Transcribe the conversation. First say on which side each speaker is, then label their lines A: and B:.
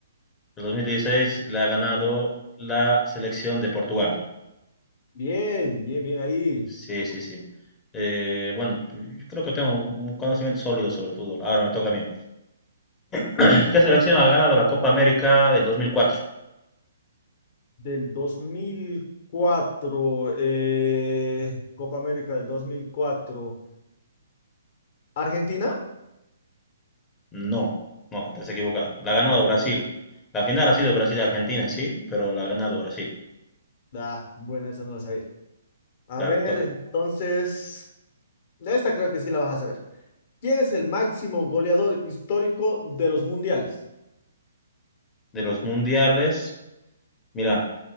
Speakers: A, on the left; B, on the left.
A: El 2016 la ha ganado la selección de Portugal.
B: Bien, bien, bien ahí.
A: Sí, sí, sí. Eh, bueno, yo creo que tengo un un conocimiento sólido sobre el fútbol. Ahora me toca a mí. <clears throat> ¿Qué selección ha ganado la Copa América del 2004?
B: Del 2004, eh, Copa América del dos mil cuatro ¿Argentina?
A: No, no, te has equivocado. La ha ganado Brasil. La final ha sido Brasil-Argentina, sí, pero la ha ganado Brasil.
B: Ah, bueno, esa no la sabía. A
A: Dale,
B: ver,
A: te toca.
B: entonces, esta creo que sí la vas a saber. ¿Quién es el máximo goleador histórico de los mundiales?
A: de los mundiales. Mira,